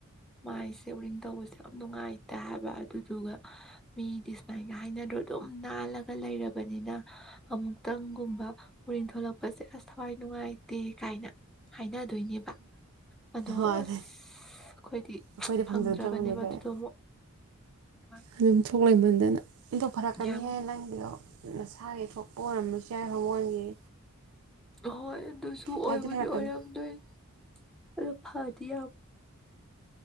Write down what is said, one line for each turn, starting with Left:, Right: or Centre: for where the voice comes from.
Centre: ꯃꯥꯏꯁꯦ ꯎꯔꯤꯡ ꯇꯧꯕꯁꯦ ꯌꯥꯝ ꯅꯨꯡꯉꯥꯏꯇ ꯍꯥꯏꯕ ꯑꯗꯨꯗꯨꯒ ꯃꯤꯗꯤ ꯁꯨꯃꯥꯏꯅꯒ ꯍꯥꯏꯅꯗ꯭ꯔꯣ ꯑꯗꯨꯝ ꯅꯥꯜꯂꯒ ꯂꯩꯔꯕꯅꯤꯅ ꯑꯃꯨꯛ ꯑꯃꯨꯛꯇꯪꯒꯨꯝꯕ ꯎꯔꯤꯡ ꯊꯣꯂꯛꯄꯁꯦ ꯑꯁ ꯊꯋꯥꯏ ꯅꯨꯡꯉꯥꯏꯇꯦ ꯀꯥꯏꯅ ꯍꯥꯏꯅꯗꯣꯏꯅꯦꯕ ꯑꯗꯣ
Right: ꯃꯥꯅꯦ
Centre: ꯑꯁ ꯑꯩꯈꯣꯏꯗꯤ
Right: ꯑꯩꯈꯣꯏꯗꯤ
Centre: ꯐꯪꯗ꯭ꯔꯕꯅꯦꯕ
Right: ꯐꯪꯖꯗ꯭ꯔꯕꯅꯦ ꯀꯩꯅꯣ
Centre: ꯑꯗꯨꯗꯣ ꯑꯃꯨꯛ ꯍꯣꯏ
Right: ꯑꯗꯨꯝ ꯁꯣꯛ ꯂꯩꯃꯟꯗꯅ ꯏꯗꯣ ꯐꯔꯛꯀꯅꯤꯍ
Centre: ꯌꯥꯝ
Right: ꯅꯪꯒꯤꯗꯣ ꯃꯁꯥꯒꯤ ꯊꯣꯛꯄ ꯑꯣꯏꯔꯝꯕꯁꯨ ꯌꯥꯏ ꯍꯧꯒꯜꯒꯤ
Centre: ꯑꯍꯣꯏ ꯑꯗꯨꯁꯨ
Right: ꯐꯗꯤ
Centre: ꯑꯣꯏꯕꯨꯗꯤ
Right: ꯐꯔꯛꯀꯅꯤ
Centre: ꯑꯣꯏꯔꯝꯗꯣꯏ ꯑꯗꯨ ꯐꯗꯤ ꯌꯥꯝ